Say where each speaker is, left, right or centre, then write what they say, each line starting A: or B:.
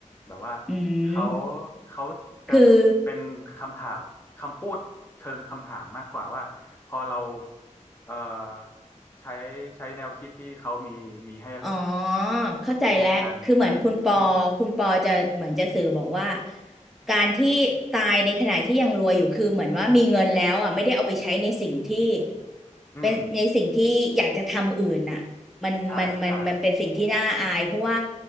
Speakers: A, on the left; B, in the centre.
A: แบบว่า
B: อืม
A: เขาเขาจะเป็นคำถามคำพูดเชิงคำถามมากกว่าว่าพอเรา
B: คือ
A: เอ่อใช้ใช้แนวคิดที่เขามีมีให้
B: อ๋อเข้าใจแล้วคือเหมือนคุณปอคุณปอจะเหมือนจะสื่อบอกว่า
A: มีให้การดำเนินชีวิตอืม
B: การที่ตายในขณะที่ยังรวยอยู่คือเหมือนว่ามีเงินแล้วอ่ะไม่ได้เอาไปใช้ในสิ่งที่
A: อืม
B: เป็นในสิ่งที่อยากจะทำอื่นน่ะมันมันมันมันเป็นสิ่งที่น่าอายเพราะว่า
A: ใช่ใช่